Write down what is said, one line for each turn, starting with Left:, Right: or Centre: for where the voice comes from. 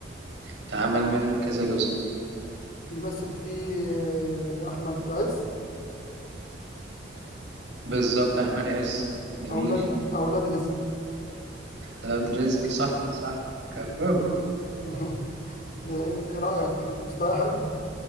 Right: اتعمل منه كذا جزء
Left: بيمثل فيه آه، أحمد عز
Right: بالظبط أحمد عز جميل
Left: اولاد اولاد رزق
Right: لو رزق صح صح كفو
Left: <laughs> ايه رايك مستوى حلو